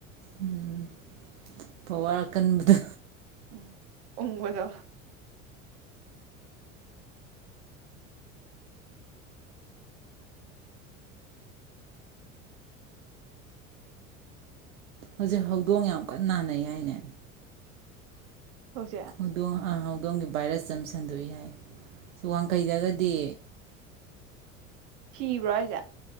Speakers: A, on the right; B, on the right.
A: ꯎꯝ ꯄꯋꯥꯔ ꯑꯀꯟꯕꯗꯣ
B: ꯎꯝ ꯎꯡꯕꯗꯣ
A: ꯍꯧꯖꯤꯛ ꯍꯧꯗꯣꯡ ꯌꯥꯝ ꯀꯟꯅ ꯅꯥꯅꯩ ꯍꯥꯏꯅꯦ
B: ꯍꯧꯖꯤꯛ
A: ꯍꯗꯣꯡ ꯑ ꯍꯧꯗꯣꯡ ꯍꯧꯗꯣꯡꯒꯤ ꯚꯥꯏꯔꯁ ꯑꯃꯝ ꯁꯟꯗꯣꯛꯏ ꯍꯥꯏ ꯁꯤ ꯋꯥꯡꯈꯩꯗꯒꯗꯤ
B: ꯁꯤꯕ꯭ꯔꯣ ꯍꯥꯏꯖꯦ